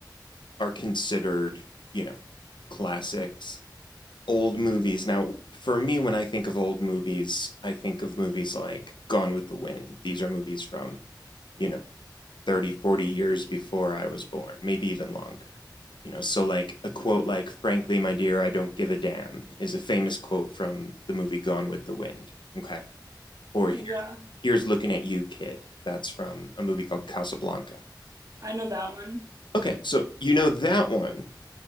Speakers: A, on the left; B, on the right.
A: are considered, you know, classics, old movies. Now, for me, when I think of old movies, I think of movies like Gone with the Wind. These are movies from, you know, 30, 40 years before I was born, maybe even longer. You know, so like a quote like, frankly, my dear, I don't give a damn is a famous quote from the movie Gone with the Wind. Okay. Or
B: Yeah.
A: here's looking at you, kid. That's from a movie called Casablanca.
B: I know that one.
A: Okay. So you know that one.